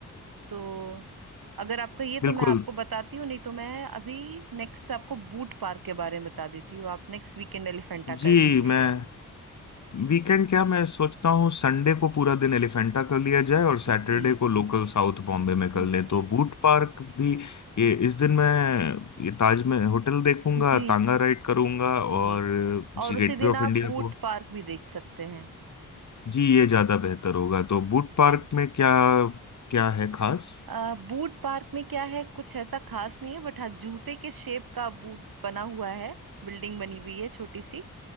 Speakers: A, on the right; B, on the left.
A: तो अगर आपका ये तो
B: बिल्कुल
A: मैं आपको बताती हूँ नहीं तो मैं अभी नेक्स्ट आपको बूट पार्क के बारे में बता देती हूँ आप नेक्स्ट वीकेंड एलिफेंटा
B: जी
A: कर लीजिएगा
B: मैं वीकेंड क्या मैं सोचता हूँ संडे को पूरा दिन एलिफेंटा कर लिया जाए और सैटरडे
A: जी
B: को लोकल साउथ बॉम्बे में कर
A: जी
B: लें तो बूट पार्क भी ये इस दिन मैं ये ताज में होटल देखूंगा
A: जी
B: तांगा राइड करूंगा और
A: जी और
B: जी
A: उसी
B: गेटवे
A: दिन
B: ऑफ
A: आप
B: इंडिया
A: बूट
B: को
A: पार्क भी देख सकते हैं
B: जी ये ज्यादा बेहतर होगा तो बूट
A: जी
B: पार्क में क्या क्या है खास
A: आ, बूट पार्क में क्या है कुछ ऐसा खास नहीं है बट हाँ जूते के शेप का बूट बना हुआ है बिल्डिंग बनी हुई है छोटी सी